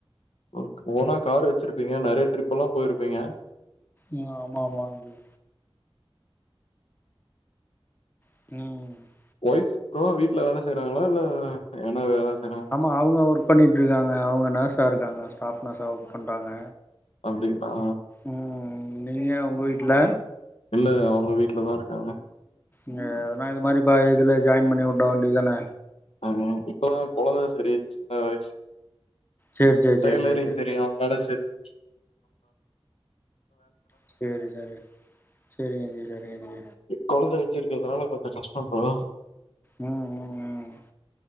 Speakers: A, on the left; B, on the left.
A: <unintelligible> ஓனா கார் வெச்சிருப்பீங்க நெறையா ட்ரிப்பெல்லா போயிருப்பீங்க
B: ம் ஆமாமாம் ப்ரோ ம்
A: ஒய்ஃப்ஸ் ப்ரோ வீட்ல வேல செய்றாங்ளா இல்ல எதனா வேல செய்றாங்
B: ஆமா அவுங்க ஒர்க் பண்ணிட்ருக்காங்க அவுங்க நர்ஸா இருக்காங்க ஸ்டாஃப் நர்ஸா ஒர்க் பண்றாங்க
A: அப்டிங்ளா
B: ம் நீங்க உங்க வீட்ல
A: இல்லங்க அவுங்க வீட்லதாருக்காங்க
B: அ எதனா இது மாரி பா இதுல ஜாயின் பண்ணி வுட்ற வேண்டிய தான
A: ஆ இப்பதா கொழந்த செரி சின்ன வயசு
B: சேரி சேரி
A: டெய்லரிங்
B: சேரி சேரி சேரி
A: தெரியு வேல செய்ற <inaudible>
B: சேரி சேரி சேரிங்க ஜி சேரிங்க ஜி
A: கொழந்த வச்சிருக்கறதுனால கொஞ்சோ கஷ்டோ ப்ரோ
B: ம் ம் ம்